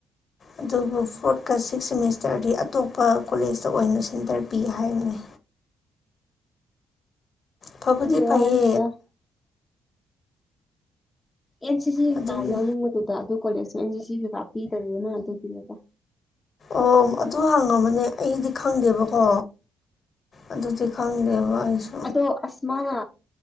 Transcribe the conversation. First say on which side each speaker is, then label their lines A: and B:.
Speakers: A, on the left (about 50°); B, on the left (about 25°).
A: ꯑꯗꯨꯕꯨ ꯐꯣꯔꯠꯀ ꯁꯤꯛꯁ ꯁꯦꯃꯤꯁꯇꯔꯗꯤ ꯑꯇꯣꯞꯄ ꯀꯣꯂꯦꯖꯇ ꯑꯣꯏꯅ ꯁꯦꯟꯇꯔ ꯄꯤ ꯍꯥꯏꯕꯅ‌ꯦ ꯐꯕꯨꯗꯤ
B: ꯑꯗꯨ
A: ꯐꯩꯌꯦ
B: ꯋꯥꯅꯦꯗ ꯑꯦꯟꯁꯤꯁꯤ
A: ꯑꯗꯨꯒꯤ
B: ꯀꯥ ꯌꯥꯎꯅꯤꯡꯕꯗꯨꯗ ꯑꯗꯨ ꯀꯣꯂꯦꯖꯇ ꯑꯦꯟꯁꯤꯁꯤ ꯀꯥ ꯄꯤꯗꯕꯅꯤꯅ ꯑꯗꯨꯒꯤꯅꯤꯗ
A: ꯑꯣ ꯑꯗꯨ ꯍꯪꯉꯝꯃꯅꯦ ꯑꯩꯗꯤ ꯈꯪꯗꯦꯕꯀꯣ ꯑꯗꯨꯗꯤ ꯈꯪꯗꯦꯕ ꯑꯩꯁꯨ
B: ꯑꯗꯣ ꯑꯁ ꯃꯥꯅ